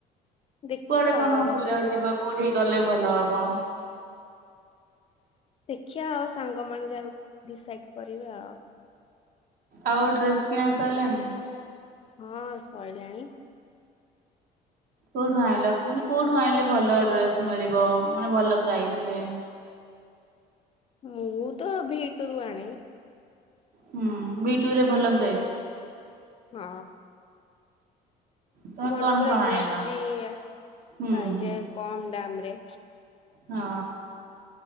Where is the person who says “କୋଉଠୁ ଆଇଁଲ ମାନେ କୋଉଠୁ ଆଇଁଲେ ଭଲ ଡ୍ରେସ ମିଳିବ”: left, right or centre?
Right